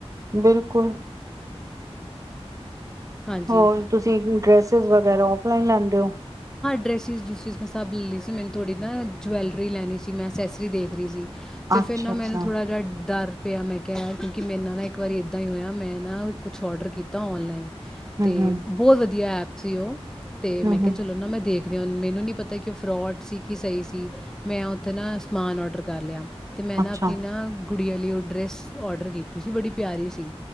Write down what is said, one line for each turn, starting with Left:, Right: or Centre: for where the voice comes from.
Right: ਬਿਲਕੁਲ
Centre: ਹਾਂਜੀ
Right: ਹੋਰ ਤੁਸੀਂ ਡਰੈੱਸਿਸ ਵਗੈਰਾ ਆਫਫਲਾਈਨ ਲੈਂਦੇ ਹੋ
Centre: ਡਰੈਸਿਸ ਡਰੂਸਿਸ ਮੈਂ ਸਭ ਲੈ ਲਈ ਸੀ ਮੈਨੂੰ ਥੋੜ੍ਹੀ ਨਾ ਜੁਵੈਲਰੀ ਲੈਣੀ ਸੀ ਮੈਂ ਅਸੈਸਰੀ ਦੇਖ ਰਹੀ ਸੀ ਅਤੇ
Right: ਅੱਛਾ
Centre: ਫਿਰ ਨਾ ਮੈਨੂੰ
Right: ਅੱਛਾ
Centre: ਥੋੜ੍ਹਾ ਜਿਹਾ ਡਰ ਪਿਆ ਮੈਂ ਕਿਹਾ ਕਿਉਂਕਿ ਮੇਰੇ ਨਾਲ ਨਾ ਇੱਕ ਵਾਰੀ ਇੱਦਾਂ ਹੀ ਹੋਇਆ ਮੈਂ ਨਾ ਕੁਛ ਔਡਰ ਕੀਤਾ ਔਨਲਾਈਨ
Right: ਹੂੰ
Centre: ਤੇ
Right: ਹੂੰ
Centre: ਬਹੁਤ ਵਧੀਆ ਐਪ ਸੀ ਓ ਤੇ
Right: ਹੂੰ
Centre: ਮੈਂ ਕਿਹਾ
Right: ਹੂੰ
Centre: ਚਲੋ ਨਾ ਮੈਂ ਦੇਖ ਮੈਨੂੰ ਨੀ ਪਤਾ। ਕਿ ਫਰੋਡ ਸੀ ਕਿ ਸਹੀ ਸੀ ਮੈਂ ਉੱਥੇ ਨਾ ਸਮਾਨ ਔਡਰ ਕਰ ਲਿਆ। ਤੇ ਮੈਂ ਨਾ
Right: ਅੱਛਾ
Centre: ਆਪਣੀ ਨਾ ਗੁੰਡਿਆਂ ਲਈ ਉਹ ਡਰੈਸ ਔਡਰ ਕੀਤੀ ਸੀ ਬੜੀ ਪਿਆਰੀ ਸੀ।